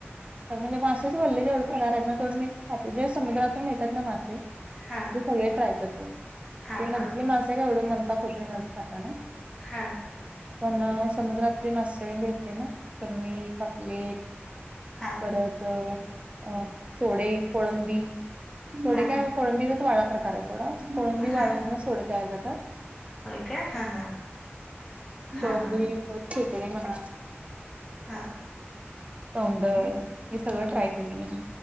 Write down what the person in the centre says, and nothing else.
हा,
हा
हा
हा,
हा
हा
हा
होय काय हा हा हा
हा
हा